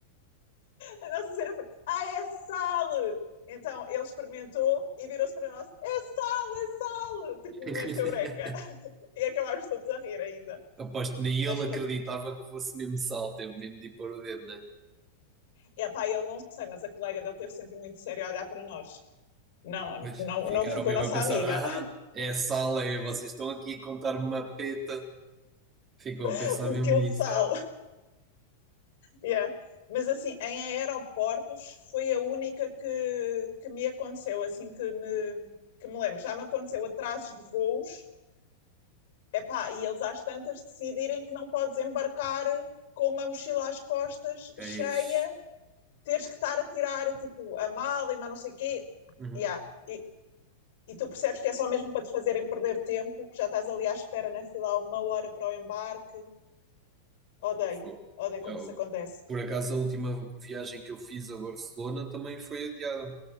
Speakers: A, on the left; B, on the right.
A: A nossa cena foi: ah, é sal! Então ele experimentou e virou-se para nós: é sal, é sal! Tipo,
B: <laughs>
A: momento eureka. <laughs> E acabámos todos a rir ainda.
B: Aposto que nem
A: Mas
B: ele
A: pronto,
B: acreditava que fosse mesmo sal, teve mesmo de ir pôr o dedo, né?
A: Epá, eu não sei, mas a colega dele teve sempre muito sério a olhar para nós. Não,
B: Pois
A: não,
B: ficaram
A: não ficou
B: mesmo
A: nossa
B: a pensar:
A: amiga.
B: ah, é sal, é, vocês estão aqui a contar-me uma peta. Ficou
A: <laughs>
B: a pensar
A: um
B: mesmo
A: quilo
B: nisso,
A: de sal.
B: ela.
A: Yeah. Mas assim, em aeroportos foi a única que, que me aconteceu, assim que me, que me lembro. Já me aconteceu atrasos de voos, epá, e eles às tantas decidirem que não podes embarcar com uma mochila às costas
B: Eis.
A: cheia, teres que estar a tirar tipo a mala e mais não sei o quê.
B: Uhum.
A: Yeah. E e tu percebes que é só mesmo para te fazerem perder tempo, que já estás ali à espera na fila há uma hora para o embarque. Odeio,
B: Fogo.
A: odeio
B: Eu-
A: quando isso acontece.
B: por acaso, a última viagem que eu fiz a Barcelona também foi adiada,